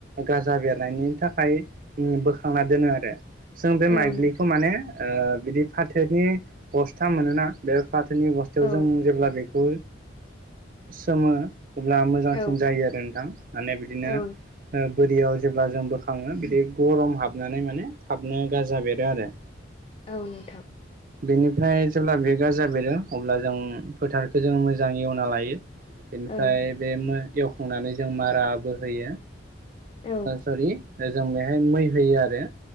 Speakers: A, on the right; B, on the left.
A: गाजा बेरनायनि थाखाय बोखांना दोनो आरो। जों बे
B: औ
A: माइग्लिखौ
B: नोंथां
A: माने बिदि फाथोनि बस्था मोनोना। बे फाथोनि बस्थायाव
B: औ
A: जों जेब्ला बेखौ सोमो अब्ला मोजांसिन
B: औ
A: जायो आरो नोंथां माने बिदिनो।
B: औ
A: बोरियाव जेब्ला जों बोखाङो बिदि गरम हाबनानै माने थाबनो गाजा बेरो आरो। <inaudible>
B: औ नोंथां।
A: बेनिफ्राय जेब्ला बेगाराजा बेरो अब्ला जों फोथारखौ जों मोजांङै एवना लायो। बेनिफ्राय
B: औ
A: बे एवखांनानै जों माराबो होयो।
B: औ
A: सरि जों बेहाय मै होयो आरो